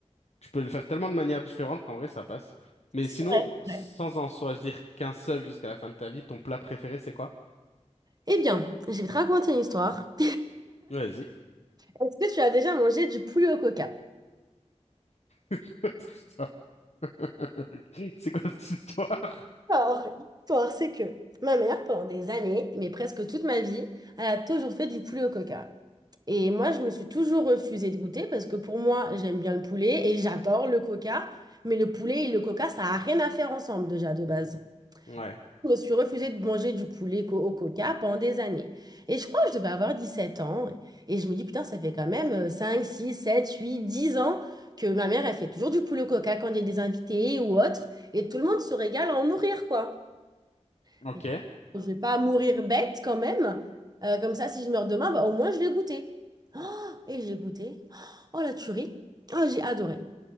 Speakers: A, on the left; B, on the right.
A: Tu peux le faire tellement de manières différentes qu'en vrai, ça passe. Mais
B: C'est
A: sinon,
B: vrai.
A: sans
B: c'est vrai.
A: en choisir qu'un seul jusqu'à la fin de ta vie, ton plat préféré, c'est quoi?
B: Eh bien, je vais te raconter une histoire.
A: Vas-y.
B: <laughs> Est-ce que tu as déjà mangé du poulet au coca?
A: <laughs> Putain. <laughs> C'est quoi cette histoire?
B: Alors, l'histoire, c'est que ma mère, pendant des années, mais presque toute ma vie, elle a toujours fait du poulet au coca. Et moi, je me suis toujours refusée de goûter parce que pour moi, j'aime bien le poulet et j'adore le coca. Mais le poulet et le coca, ça n'a rien à faire ensemble déjà de base.
A: Ouais.
B: Je me suis refusée de manger du poulet co- au coca pendant des années. Et je crois que je devais avoir dix sept ans. Et je me dis, putain, ça fait quand même euh, 5, 6, 7, 8, 10 ans que ma mère, elle fait toujours du poulet au coca quand il y a des invités ou autre. Et tout le monde se régale à en mourir, quoi.
A: Ok,
B: Et je vais pas mourir bête quand même. Euh, comme ça, si je meurs demain, bah, au moins, je vais goûter. Oh, et j'ai goûté. Oh, la tuerie. Oh, j'ai adoré.